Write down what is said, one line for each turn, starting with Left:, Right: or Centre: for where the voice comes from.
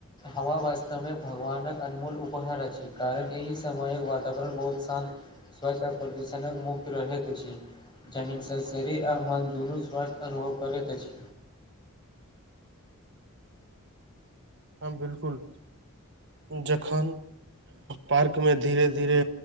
Left: हवा वास्तव मे भगवानक अनमोल उपहार अछि कारण एहि समयक वातावरण बहुत शान्त स्वच्ता प्रदूषणक मुक्त रहैत अछ जहिनसँ शरीर आ मन दुनू स्वास्थ्य अनुभव करैत अछ
Right: हँ बिलकुल जख पार्कमे धीरे धीरे